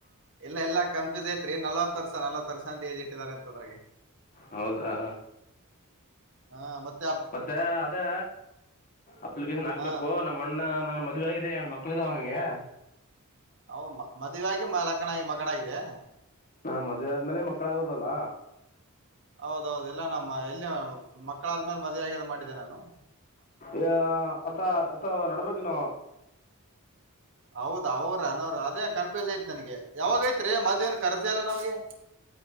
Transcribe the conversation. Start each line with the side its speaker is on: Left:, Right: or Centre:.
Right: ಎಲ್ಲ ಎಲ್ಲ ಕನ್ಫ್ಯೂಸ್ ಐತ್ರಿ ನಲ್ವತ್ ವರ್ಷ ನಲ್ವತ್ ವರ್ಷ ಅಂತ ಏಜ್ ಇಟ್ಟಿದಿದ್ದಾರೆ ಅಂತ ಅದ್ರೆ
Left: ಹೌದಾ
Right: ಹಾ ಮತ್ತ
Left: ಮತ್ತೆ ಅದೇ ಅಪ್ಲಿಕೇಶನ್ ಹಾಕ್ಬೇಕು
Right: ಹ
Left: ನಮ್ಮ ಅಣ್ಣ ಮದುವೆ ಆಗಿದೆ್ಮ ಳಿದ ಅವನಿಗೆ
Right: ಹ ಮದುವಗ ಮ ಲಕ್ಕಣಾಗಿ ಮಗಡ ಆಗಾಗಿದೆ
Left: ಹಾ ಮದುವವೆ ಆದ್ಮೇಲೆ ಮಕ್ಕಳ ಆಾಗದಲ್ಲ
Right: ಹೌದೌದು ಇಲ್ಲ ನಮ್ಮ ಎಲ್ಲಿ ಮಕ್ಕಳಾದ್ಮೇಲೆ ಮದುವ ಆಗ ಅ ಮಾಡಿದ್ದಿದೆ ನಾನು
Left: ಹ ಅತ್ತ ಅತ್ತ ನರಕನ
Right: ಹೌದ ಅವ್ರ ಅನೋರ ಅದೇ ಕನ್ಫ್ಯೂಸ್ ಯ್ತು ನನ್ಗೆ ಯಾವಾಗಯ್ತ ಮದನ್ ಕರ್ಸ ಅಲ್ಲ ನಮ್ಗೆ